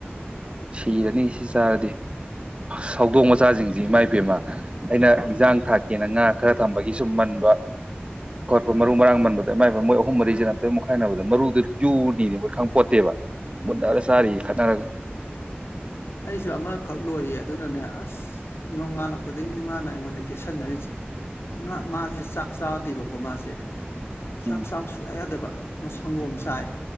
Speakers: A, on the right; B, on the left.
A: ꯊꯤꯔꯅꯤ ꯁꯤ ꯆꯥꯔꯗꯤ ꯁꯧꯗꯣꯡ ꯃꯆꯥꯁꯤꯡꯁꯤ ꯏꯃꯥ ꯏꯕꯦꯝꯃ ꯑꯩꯅ ꯏꯟꯖꯥꯡ ꯊꯥꯛꯀꯦꯅ ꯉꯥ ꯈꯔ ꯊꯝꯕꯒꯤ ꯁꯨꯝ ꯃꯟꯕ ꯈꯣꯠꯄ ꯃꯔꯨ ꯃꯔꯥꯡ ꯃꯟꯕꯗ ꯏꯃꯥꯏ ꯃꯣꯏ ꯑꯍꯨꯝ ꯃꯔꯤꯁꯤ ꯅꯠꯇ ꯃꯨꯛꯈꯥꯏꯅꯕꯗꯣ ꯃꯔꯨꯗꯣ ꯌꯨꯔꯅꯤꯗꯤ ꯃꯣꯏ ꯈꯪꯄꯣꯠꯇꯦꯕ ꯃꯨꯟꯅꯔ ꯆꯥꯔꯤꯌꯦ ꯈꯠꯅꯔꯒ
B: ꯑꯩꯁꯨ ꯑꯃꯈꯛ ꯂꯣꯏꯌꯦ ꯑꯗꯨꯅꯅꯦ ꯑꯁ ꯅꯣꯡꯉꯥꯜꯂꯛꯄꯗꯒꯤꯅꯦ ꯃꯥꯅ ꯑꯩꯉꯣꯟꯗ ꯀꯦꯁꯟꯅꯔꯤꯁꯦ ꯉ ꯃꯥꯁꯦ ꯆꯥꯛ ꯆꯥꯗꯦꯕ ꯀꯣ ꯃꯥꯁꯦ ꯆꯥꯛ
A: ꯎꯝ
B: ꯆꯥꯕ ꯁꯨꯡꯌꯥ ꯌꯥꯗꯕ ꯃꯥ ꯁꯪꯒꯣꯝ ꯆꯥꯏ